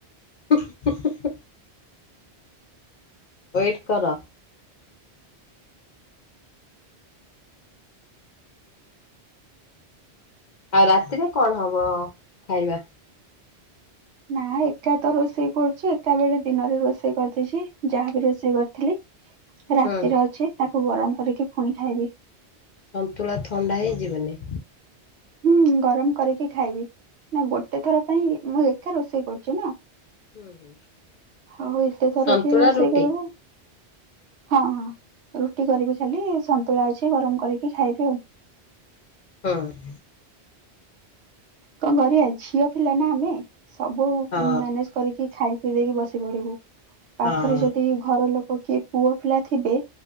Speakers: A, on the left (about 55°); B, on the right (about 80°).
A: <inaudible> ୱେଟ କର। ଆଉ ରାତିରେ କଣ ହବ ଖାଇବା?
B: ନା ଏକା ତ ରୋଷେଇ କରୁଛି ଏକା ବେଳେ ଦିନରେ ରୋଷେଇ କରିଦେଇଚି ଯାହାବି ରୋଷେଇ କରିଥିଲି ରାତିରେ
A: ହୁଁ
B: ଅଛି ତାକୁ ଗରମ କରିକି ପୁଣି ଖାଇବି।
A: ସନ୍ତୁଳା ଥଣ୍ଡା ହେଇଯିବନି?
B: ହୁଁ ଗରମ କରିକି ଖାଇବି। ନା ଗୋଟେ ଥର ପାଇଁ ମୁଁ ଏକା ରୋଷେଇ କରୁଛି ନା।
A: ହୁଁ ହୁଁ
B: ଆଉ ଏତେ ଥର
A: ସନ୍ତୁଳା
B: କିଏ ରୋଷେଇ
A: ରୁଟି
B: କରିବ। ହଁ ହଁ ରୁଟି କରିବି ଖାଲି ସନ୍ତୁଳା ଅଛି ଗରମ କରିକି ଖାଇବି ଆଉ।
A: ହଁ।
B: କଣ କରିବା ଝିଅ ପିଲା ନା ଆମେ ସବୁ
A: ହଁ
B: ମେନେଜ କରିକି ଖାଇ ପିଇ ଦେଇକି ବସି ପଡିବୁ। ପାଖରେ
A: ହଁ।
B: ଯଦି ଘର ଲୋକ କିଏ ପୁଅ ପିଲା ଥିବେ